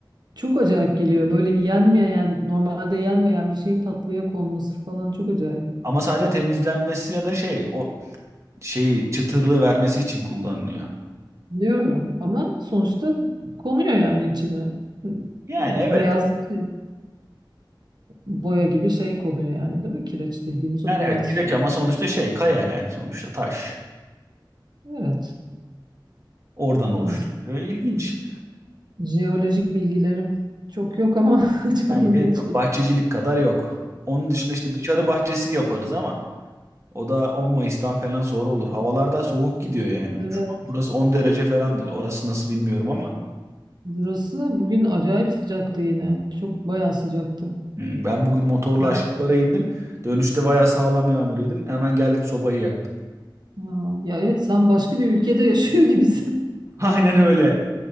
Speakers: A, on the right; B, on the right.
A: Çok acayip geliyor. Böyle yenmeyen, normalde yenmeyen bir şeyin tatlıya konması falan çok acayip.
B: Ama sadece temizlenmesi ya da şey o şeyi çıtırlığı vermesi için kullanılıyor.
A: Biliyorum ama sonuçta konuyor yani içine.
B: Yani
A: O
B: evet.
A: beyaz şey, boya gibi şey konuyor yani değil mi? Kireç dediğimiz o
B: Yani
A: beyaz
B: evet kireç
A: şey.
B: ama sonuçta şey kaya yani sonuçta taş.
A: Evet.
B: Oradan oluştu.
A: Neyse,
B: Böyle İlginç.
A: jeolojik bilgilerim çok yok ama <laughs> çok
B: Yani
A: ilginç
B: benim de yok.
A: geliyor.
B: Bahçecilik kadar yok. Onun dışında işte dışarı bahçesi yaparız ama O da 10 Mayıs'tan falan sonra olur. Havalarda soğuk gidiyor yani.
A: Evet.
B: Şu an burası 10 derece falandır. Orası nasıl bilmiyorum ama.
A: Burası bugün acayip sıcaktı yine. Çok bayağı sıcaktı.
B: Hmm, Ben bugün motorla
A: Ben,
B: aşağılara indim. Dönüşte bayağı sağlam yağmur yedim. Hemen geldim sobayı yaktım.
A: ha, ya evet sen başka bir ülkede yaşıyor gibisin.
B: <laughs> Aynen öyle.